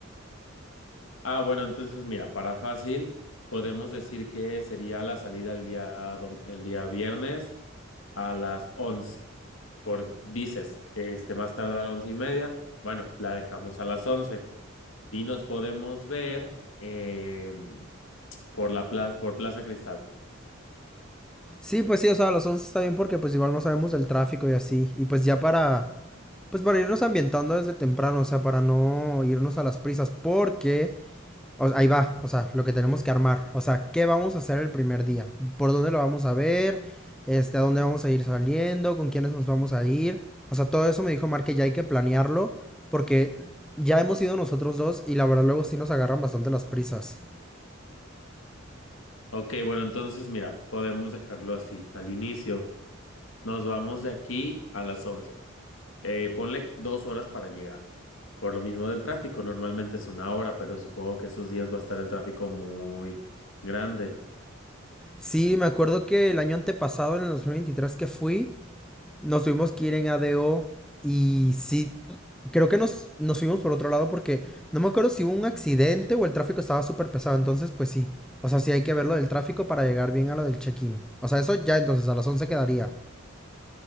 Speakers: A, on the left; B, in the centre.
A: Ah, bueno, entonces mira, para fácil, podemos decir que sería la salida el día, dom- el día viernes. a las once Por dices, este, más tarde a las once y media, bueno, la dejamos a las 11 y nos podemos ver eh, por la pla- por Plaza Cristal.
B: Sí, pues sí, o sea, a las 11 está bien porque pues igual no sabemos del tráfico y así. Y pues ya para, pues para irnos ambientando desde temprano, o sea, para no irnos a las prisas, porque O ahí va, o sea, lo que tenemos que armar. O sea, ¿qué vamos a hacer el primer día? ¿Por dónde lo vamos a ver? Este, ¿A dónde vamos a ir saliendo? ¿Con quiénes nos vamos a ir? O sea, todo eso me dijo Mar que ya hay que planearlo porque ya hemos ido nosotros dos y la verdad luego sí nos agarran bastante las prisas.
A: Ok, bueno, entonces mira, podemos dejarlo así. Al inicio, nos vamos de aquí a las once Eh, ponle dos horas para llegar. Por lo mismo del tráfico, normalmente es una hora, pero supongo que esos días va a estar el tráfico muy grande.
B: Sí, me acuerdo que el año antepasado, en el 2023 que fui, Nos tuvimos que ir en ADO y sí, creo que nos, nos fuimos por otro lado porque no me acuerdo si hubo un accidente o el tráfico estaba súper pesado. Entonces, pues sí. O sea, sí hay que ver lo del tráfico para llegar bien a lo del check-in. O sea, eso ya entonces a las 11 quedaría.